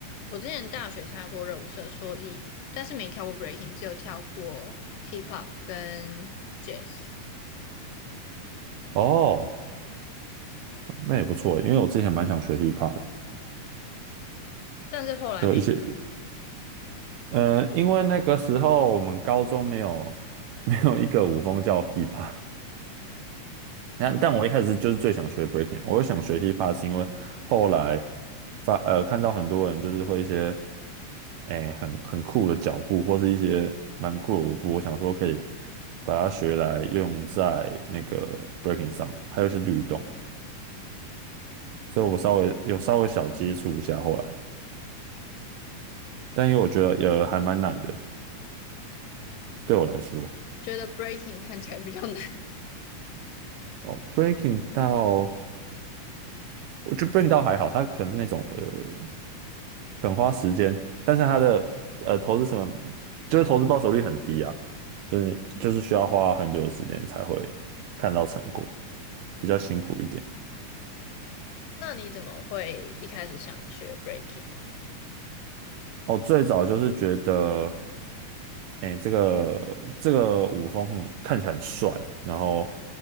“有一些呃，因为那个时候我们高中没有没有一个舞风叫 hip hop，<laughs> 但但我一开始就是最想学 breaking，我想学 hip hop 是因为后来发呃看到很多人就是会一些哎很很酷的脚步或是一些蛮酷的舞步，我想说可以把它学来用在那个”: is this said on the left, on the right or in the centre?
Right